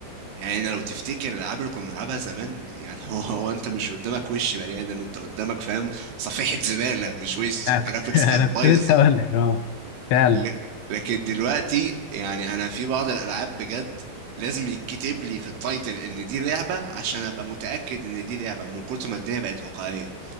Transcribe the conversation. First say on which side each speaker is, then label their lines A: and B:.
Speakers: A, on the right; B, on the left.
A: يعني لو تفتكر الالعاب اللي كنا بنلعبها زمان يعني <laughs> هو هو انت مش قدامك وش بني ادم انت قدامك فاهم صفيحة زبالة مش وش
B: انا
A: الجرافيكس
B: كنت <laughs> أنا
A: كانت
B: كنت
A: بايظة
B: لسه اقول لك اه فعلا
A: ل- لكن دلوقتي يعني انا في بعض الالعاب بجد لازم يتكتب لي في التايتل ان دي لعبه عشان ابقى متاكد ان دي لعبه من كتر ما الدنيا بقت واقعيه